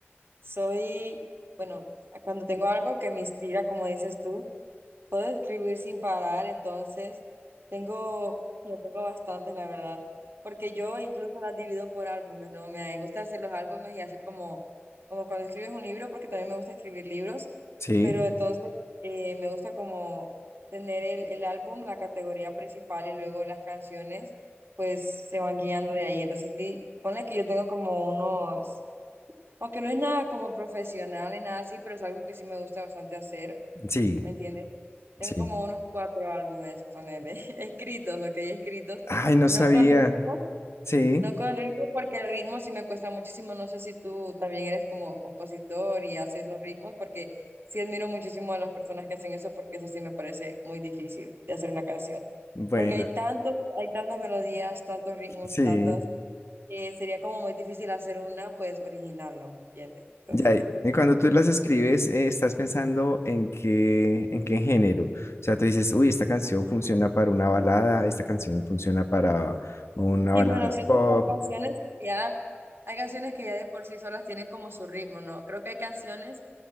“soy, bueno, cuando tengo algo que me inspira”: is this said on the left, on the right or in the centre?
Right